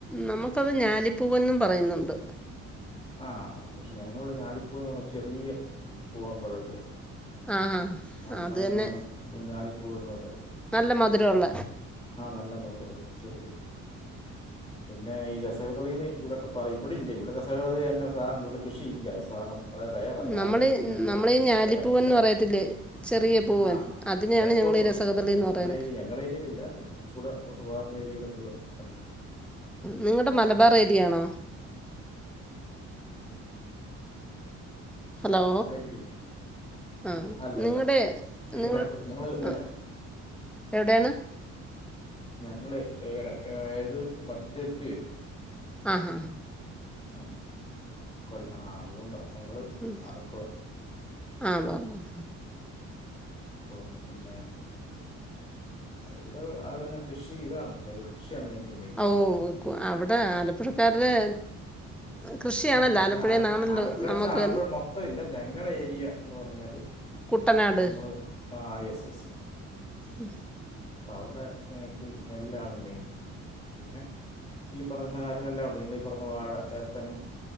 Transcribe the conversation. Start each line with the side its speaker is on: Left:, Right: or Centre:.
Centre: നമുക്കത് ഞാലി പൂവൻ പറയുന്നുണ്ട്
Left: ആ പക്ഷേ ഞങ്ങളിവിടെ ഞാലിപ്പൂ എന്ന് പറഞ്ഞാൽ ചെറിയ പൂവൻ പഴമില്ലേ
Centre: ആ ഹാ
Left: അ
Centre: അത്
Left: അതിനാണ്
Centre: തന്നെ
Left: ഞാ പൂവൻ എന്ന് പറയും
Centre: നല്ല മധുരംള്ള
Left: നല്ല മധുരമുള്ള ചെറുത് പിന്നെ ഇ രസംഗളന്ന് ഇവിടെ. ക്കെ പറയ ഇടില്ല ഇവിടെ <unintelligible> അങ്ങനെ സാനം ഇവിടെ കൃഷിയില്ല സാനം വളരെ റയറാ ഞാൻ
Centre: നമ്മള്
Left: ഇവിടെങ്കിലും ഞാൻ കാണുന്നില്ല
Centre: നമ്മളീ ഞാലിപ്പൂവൻന്ന്
Left: ഇടയ്ക്കൊക്കെ
Centre: പറയത്തില്ലേ ചെറിയ പൂവൻ
Left: ആ
Centre: അതിനെയാണ്
Left: തെക്കോട്ടുണ്ട്
Centre: ഞങ്ങളീ രസകദളിന്ന്
Left: ഞങ്ങ ഞങ്ങളുടെ
Centre: പറയണെ
Left: ഏ ഞങ്ങളുടെ ഏരിയൽ ഇല്ല കുറച്ച കൂടെ വാർ നേരിയയിലൊക്കെ ക
Centre: നിങ്ങളടെ മലബാർ ഏരിയയാണോ ഹലോ
Left: ഞങ്ങളുടെ ഏരിയയിലില്ല
Centre: ആ
Left: അല്ല
Centre: നിങ്ങളുടെ
Left: അല്ല
Centre: നിങ്ങൾ
Left: ഇടക്ക് ഞങ്ങൾ
Centre: ആ എവിടെയാണ്
Left: ഞങ്ങള് <unintelligible> മദ്യത്തി വരും
Centre: ആഹ
Left: ഉ കൊല്ല ആ അതുകൊണ്ടാ ഞങ്ങള്
Centre: ഉം.
Left: ആലപ്പുഴ
Centre: ആ ഉവ്വ് ഉവ്വ്
Left: ഉ പിന്നെ ഇവിടെ അന്നെ കൃഷി ഇതാണ് നെൽകൃഷി യാണ് ഞങ്ങൾക്ക് മെയിൻ
Centre: ഓ കു- അവിടെ ആലപ്പുഴക്കാരുടെ കൃഷിയാണല്ലോ
Left: ആഹ ഞങ്ങള
Centre: ആലപ്പുഴേന്നാണല്ലോ
Left: ആ ആലപ്പുഴ
Centre: നമുക്ക്
Left: വച്ചാ ആലപ്പുഴ മൊത്തം ഇല്ല ഞങ്ങളുടെ ഏരിയ എന്ന് പറഞ്ഞാല്
Centre: കുട്ടനാട്
Left: ഞങ്ങള് അ വിസ്
Centre: ഉം ഹ്
Left: പ്പ അവടെ ഞങ്ങൾക്ക് നെല്ലാണ് മെയിൻ പിന്നെ ഈ പറയുന്ന കാര്യങ്ങളെല്ലാം ഉണ്ട് നിങ്ങളീ ഈ പറഞ്ഞ വാഴ ഏത്തനും